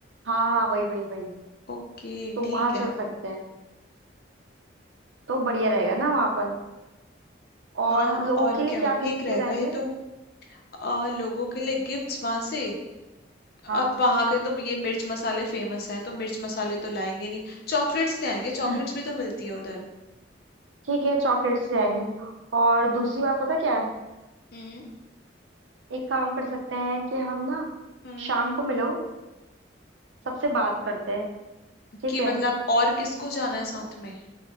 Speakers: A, on the right; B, on the left.
A: हाँ हाँ वही वही वही
B: ओके
A: तो
B: ठीक
A: वहां चल
B: है
A: सकते हैं तो बढ़िया रहेगा ना वहां पर और
B: हाँ
A: लोगों
B: और
A: के लिए
B: क्या
A: क्या खरीद
B: ठीक रहेगा
A: के लाएंगे
B: ये तो आ, लोगों के लिए गिफ्ट्स वहां से
A: हाँ
B: अब वहां के तो ये मिर्च मसाले फेमस हैं तो मिर्च मसाले तो लाएंगे नहीं चॉकलेट्स ले आएंगे चॉकलेट्स
A: <laughs>
B: भी तो मिलती है उधर
A: ठीक है चॉकलेट्स ले आएंगे और दूसरी बात पता क्या है
B: हम्म
A: एक काम कर सकते हैं कि हम ना
B: हम्म
A: शाम को मिलो सबसे बात करते हैं ठीक
B: कि
A: है
B: मतलब और किसको जाना है साथ में